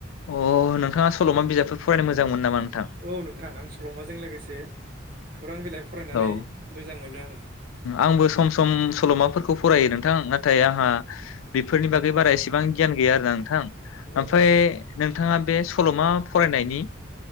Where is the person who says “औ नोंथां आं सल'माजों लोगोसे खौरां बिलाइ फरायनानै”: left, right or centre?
Right